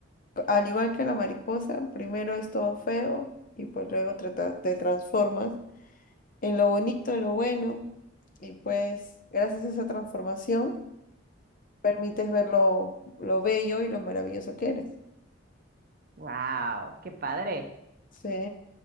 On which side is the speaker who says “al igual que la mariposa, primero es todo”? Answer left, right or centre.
Left